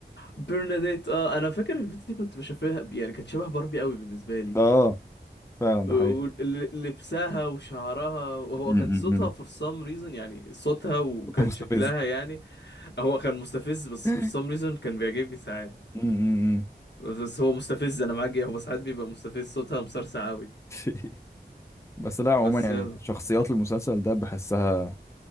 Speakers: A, on the left; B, on the left.
A: برناديت اه انا فاكر البت دي كنت بشوفها يعني كانت شبه باربي قوي بالنسبه لي
B: اه فعلا ده
A: ولبسها
B: حقيقي
A: وشعرها وهو
B: م- م-
A: كان صوتها
B: م.
A: for some reason يعني صوتها وكان
B: ده مستفز
A: شكلها يعني هو كان مستفز بس
B: م-
A: for some reason كان بيعجبني ساعات
B: م- م.
A: بس هو مستفز انا معاك هو ساعات بيبقى مستفز صوتها مسرسع قوي
B: <laughs> بس لا عموما
A: بس
B: يعني
A: يلا.
B: شخصيات المسلسل ده بحسها